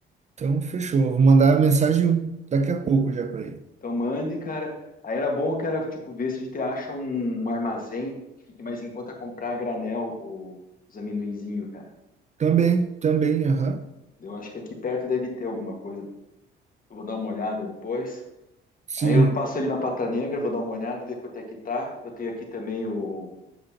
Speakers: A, on the right; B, on the left.
A: Então fechou. Vou mandar a mensagem daqui a pouco já para ele.
B: Então mande, cara. Aí era bom, cara, tipo, ver se a gente acha um, um armazém que fique mais em conta comprar a granel o- os amendoinzinhos, cara.
A: Também, também, aham.
B: Eu acho que aqui perto deve ter alguma coisa. Eu vou dar uma olhada depois.
A: Sim,
B: Aí eu passo ali na Pata Negra, vou dar uma olhada, ver quanto é que tá. Eu tenho aqui também o